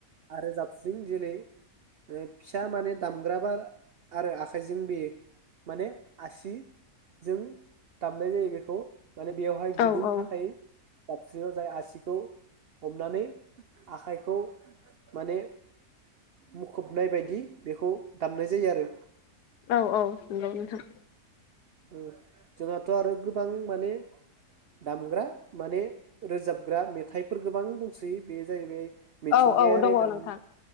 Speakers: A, on the right; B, on the left.
A: आरो जाबस्रिं जेरै ओ फिसा माने दामग्राबार आरो आखाइजों बेयो माने आसिजों दामनाय जायो बेखौ। माने बेवहाय गुदुं
B: औ औ
A: थाखायो। दाबस्रियाव जाय आसिखौ हमनानै आखाइखौ माने मुखुबनाय बायदि बेखौ दामनाय जायो आरो।
B: औ औ नंगौ नोंथां।
A: ओ जोंहाथ' आरो गोबां माने दामग्रा माने रोजाबग्रा मेथाइफोर गोबां दंसै बे जाहैबाय मिथिंगायारि
B: औ औ दङ
A: दाम
B: नोंथां।